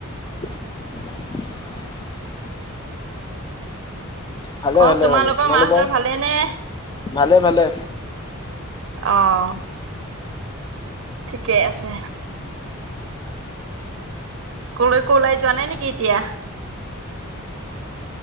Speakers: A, on the left (about 20°); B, on the right (about 60°).
A: <inaudible> ভালে
B: অ',
A: ভালে ভালে। তোমালোকৰ?
B: মাহঁতৰ ভালেইনে?
A: ভালে ভালে।
B: অঁ' ঠিকেই আছে। কলৈকো ওলাই যোৱা নাই নেকি এতিয়া।